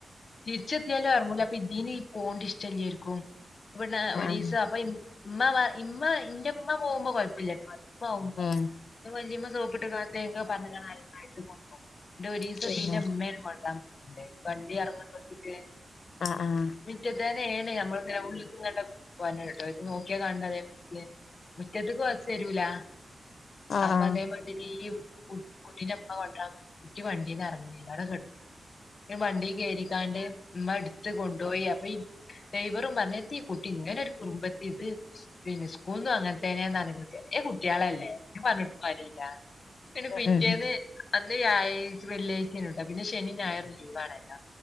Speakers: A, on the left; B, on the left.
A: തിരിച്ചെത്തിയാലും ഇറങ്ങൂല അപ്പൊ ഇതീനി ഈ പോക്കുന്നത് ഇഷ്ടല്ലായിരിക്കും അപ്പോ പിന്നെ ഒരു
B: ആഹ്
A: ദിവസം അപ്പൊ ഉമ്മ വാ ഇമ്മ ഇന്റെ ഉമ്മ പോകുമ്പോ കുഴപ്പില്ല ഉമ്മ പോവുമ്പോ
B: ഏഹ്
A: വല്യമ്മ സോപ്പിട്ട് കാ എന്തൊക്കെ പറഞ്ഞിക്കണ അതെ മാരി ന്റെ ഒരു ദിവസം
B: പിന്നെ
A: തീന്റെ ഉമ്മയാ കൊണ്ടക്കാൻ പോയിട്ടുണ്ട് വണ്ടി ഇറങ്ങണ്ടോട്ത്തേക്ക്
B: ആഹ് ആഹ്
A: മുറ്റത്തന്നെണ് നമ്മള് ഉള്ളിൽ നിന്നങ്ങാണ്ട് പോകാനായിട്ട് അവര് നോക്കിയാ കാണണ്ട ഇതേമാരി മുറ്റത്ത്ക്ക് ബസ് വരൂലാ
B: ആഹ്
A: അപ്പൊ അതേമാതിരി ഈ കുട്ടീന്റെ അമ്മ കൊണ്ടരാൻ വരും കുട്ടി വണ്ടീന്ന് ഇറങ്ങി പിന്നെ വണ്ടി കേയറിക്കാണ്ട് ഉമ്മ എടുത്ത് കൊണ്ടുപോയി അപ്പൊ ഈ ഡ്രൈവറും പറഞ്ഞു എതി ഈ കുട്ടി ഇങ്ങനെ ഒരു കുറുമ്പത്തി ഇത് പിന്നെ സ്കൂളിന്നും അങ്ങനെ തന്നെയാന്ന് വെച്ചേ കുട്ടികളല്ലേ പറഞ്ഞിട്ട് കാര്യല്ലാ പിന്നെ
B: ആഹ്
A: പിറ്റേന്ന് അന്ന് വ്യഴാഴ്ച വെള്ളിയാഴ്ചയാണ് ട്ടാ പിന്നെ ശനി ഞായർ ലീവാണല്ലോ